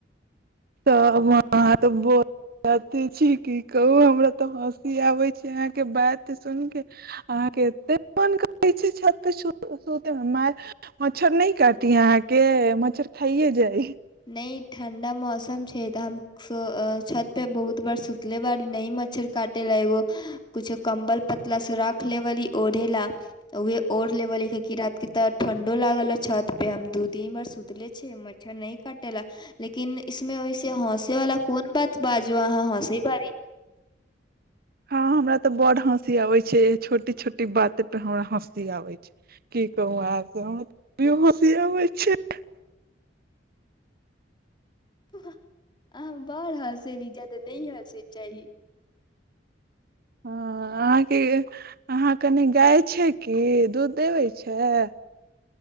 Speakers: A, on the right (about 55°); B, on the left (about 25°).
A: तऽ व अहाँ तऽ बोाते छी की कहु हमरा त <unintelligible> क आबे छै अहााँ के बात सुन के अहाँ केे मन करे छै छत सुते के मार मच्छर नहि काटी अहाँ के मच्छर खाइे जाइ <unintelligible>
B: न ठंडा मौसम छै ते हम छत पे बहुत बार सुतले बारी ने मच्छर <unintelligible> काटे लेगो कुछो कम्बल पतला सराख रखले वली ओढ़े ला तऽ ओहे ओढ़ लेवले किरा के त ठंडो लागल छत पे हम दू दीन बार सुतले छियै मच्छर नइ कटेला लेकिन इसमे ओइसे हौस तेला कोन बात बाजु अहाँ हँसी बारी
A: हँ हमरा तऽ बड हँसी आबे छै छोटी छोटी बाते पे हमरा हँसी आबैत छै की कहू हम कहां के हँसी आबै छैइ
B: आहां बढ़ हँसेली जादे नइ हँसे चाही
A: हँ अहाँके अहाँ कनि गाय छै कि दूध देबै छैय